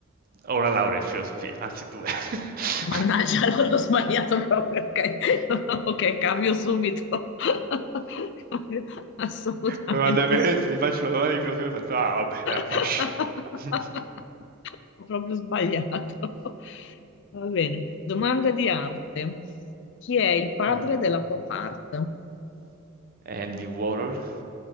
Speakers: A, on the right; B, on the left.
A: Ho una laurea in filosofia, anzi due. <laughs>
B: Mannaggia, <laughs> allora ho sbagliato proprio. Ok, <laughs> ok, cambio subito. <laughs> Cambio Assolutamente
A: Ma quando Mi manda il mio
B: subito.
A: pezzo, ti faccio una domanda di filosofia, faccio, ah vabbè, dai,
B: <laughs>
A: faccio. <laughs>
B: Ho proprio sbagliato. Va bene. Domanda di arte. Chi è il padre
A: Eh,
B: della pop art?
A: Andy Warhol.